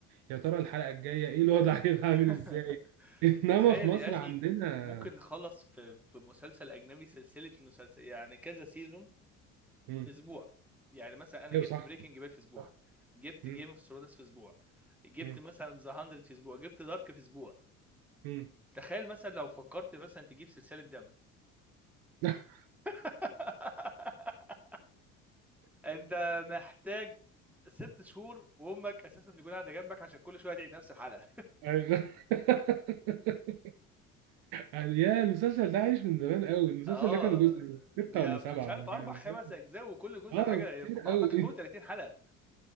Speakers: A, on the right; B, in the centre.
A: يا ترى الحلقه الجايه ايه الوضع <laughs> هيبقى عامل
B: <laughs>
A: ازاي <laughs> انما
B: تخيل
A: في مصر
B: يا اخي
A: عندنا
B: ممكن نخلص في في مسلسل اجنبي سلسله مسلسل يعني كذا سيزون
A: امم
B: في اسبوع يعني مثلا انا
A: ايوه
B: جبت
A: صح
B: بريكنج باد في اسبوع
A: صح
B: جبت
A: امم
B: جيم اوف ثرونز في اسبوع جبت
A: امم
B: مثلا ذا 100 في اسبوع جبت دارك في اسبوع
A: امم
B: تخيل مثلا لو فكرت مثلا تجيب سلسله دم
A: <laughs>
B: <laughs> انت محتاج ست شهور وامك اساسا تكون قاعده جنبك عشان كل شويه تعيد نفس الحلقه
A: ايوه <laughs> يعني يا المسلسل ده عايش من زمان قوي المسلسل
B: اه
A: ده كان جزء ستة
B: بي-
A: ولا سبعة
B: مش عارف
A: ولا
B: اربع
A: كام
B: خمس
A: كام؟
B: اجزاء وكل جزء
A: اه
B: حاجه
A: كتير
B: ما
A: قوي
B: اعتقد فوق 30
A: <laughs>
B: حلقه